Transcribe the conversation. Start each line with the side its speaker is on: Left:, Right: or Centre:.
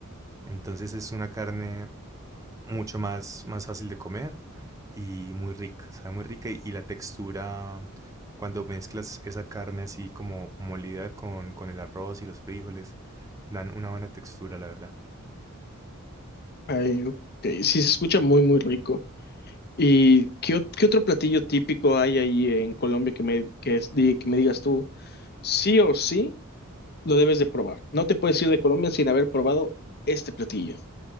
Right: Entonces es una carne mucho más, más fácil de comer y muy rica, sabe muy rica y, y la textura, cuando mezclas esa carne así como molida con, con el arroz y los frijoles, dan una buena textura, la verdad.
Left: Ay, ok, sí, se escucha muy, muy rico. ¿Y qué, ot- qué otro platillo típico hay ahí en Colombia que me, que es- di- que me digas tú, sí o sí, lo debes de probar? No te puedes ir de Colombia sin haber probado este platillo.